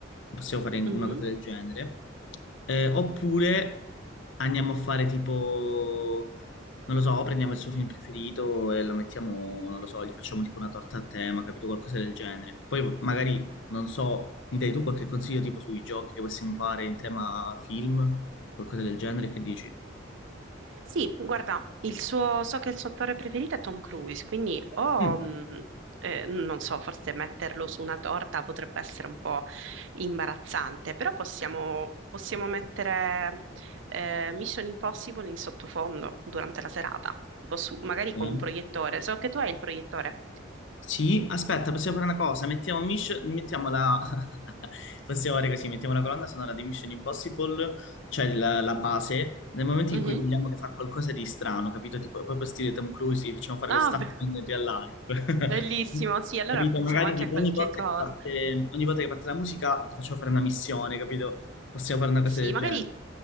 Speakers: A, on the left; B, on the right.
A: Possiamo fare una
B: Mhm.
A: cosa del genere. Eh, oppure andiamo a fare tipo. Non lo so, prendiamo il suo film preferito e lo mettiamo, non lo so, gli facciamo tipo una torta a tema, capito? Qualcosa del genere. Poi magari, non so, mi dai tu qualche consiglio tipo sui giochi che possiamo fare in tema film, qualcosa del genere, che dici?
B: Sì, guarda, il suo, so che il suo attore preferito è Tom Cruise, quindi o,
A: Mm.
B: mh, eh, non so, forse metterlo su una torta potrebbe essere un po' imbarazzante, però possiamo, possiamo mettere eh, Mission Impossible in sottofondo durante la serata, tipo su, magari con
A: Eh?
B: un proiettore. So che tu hai il proiettore.
A: Sì, aspetta, possiamo fare una cosa. Mettiamo, Mission, mettiamo la... <laughs> possiamo fare così, mettiamo la colonna sonora di Mission Impossible, cioè la, la base, nel momento
B: Mhm.
A: in cui vogliamo che fa qualcosa di strano, capito? Tipo, proprio stile Tom Cruise, gli facciamo fare
B: Ah,
A: lo stunt
B: be-
A: in real life. <laughs>
B: bellissimo, sì, allora
A: Capito?
B: pensiamo
A: Magari
B: anche
A: tipo
B: a qualche
A: ogni volta
B: cosa.
A: che parte, ogni volta che parte la musica gli facciamo fare una missione, capito? Possiamo fare una cosa
B: Sì,
A: del
B: magari,
A: genere.